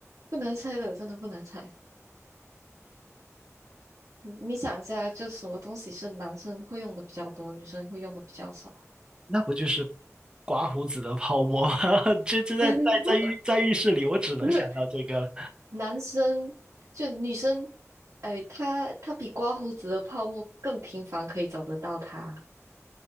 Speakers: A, on the right; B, on the right.
A: 不难猜的，真的不难猜。你你想一下，就什么东西是男生会用的比较多，女生会用的比较少？
B: 那不就是刮胡子的泡沫吗？<laughs> 这这在在在浴在浴室里，
A: <laughs>
B: 我只能想到这个了，
A: 不是男生就女生，哎，她她比刮胡子的泡沫更频繁，可以找得到她。